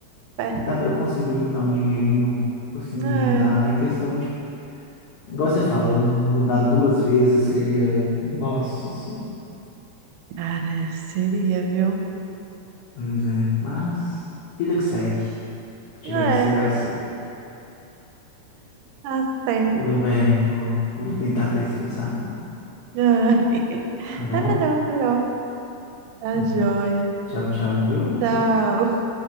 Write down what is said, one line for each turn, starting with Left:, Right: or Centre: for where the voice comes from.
Right: É.
Left: dá pra- eu consigo juntar um dinheirinho assim
Right: É.
Left: e mudar, é questão de, igual você falou, mudar duas vezes seria, Nossa Senhora.
Right: Cara, seria, viu?
Left: pois é, mas vida que segue, o que tiver
Right: É,
Left: que ser vai ser.
Right: tá certo.
Left: Eu, é, vou, vou tentar ter esse pensamento,
Right: É. <laughs>
Left: tá bom?
Right: É melhor, é melhor. Tá
Left: Então,
Right: joia.
Left: tá. tchau, tchau, viu?
Right: Tchau.